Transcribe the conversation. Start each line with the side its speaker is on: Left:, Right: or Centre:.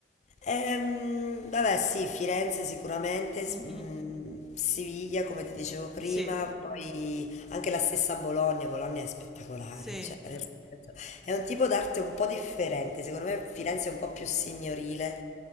Left: Ehm, vabbè, sì, Firenze sicuramente,
Centre: Mhm.
Left: s- mh, Siviglia come ti dicevo prima,
Centre: Sì,
Left: poi anche la stessa Bologna, Bologna è spettacolare,
Centre: sì,
Left: cioè, nel senso, è un tipo d'arte un po' differente, secondo me Firenze è un po' più signorile,